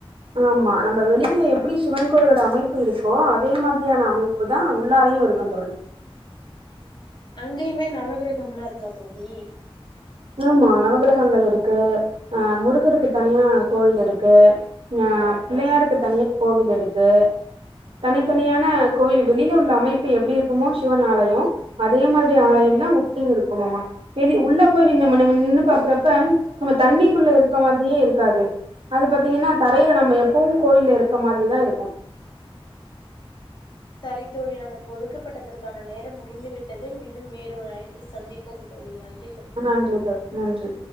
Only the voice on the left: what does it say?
ம் அங்கயமே நவகிரக ம்லா இருக்கா தோழி
ம்
ம்
ம்
சரி தோழி நமக் கொடுக்கப்பட்டதற்கான நேரம் முடிந்துவிட்டது மீண்டும் வேறொரு அழைப்பில் சந்திப்போ தோழி நன்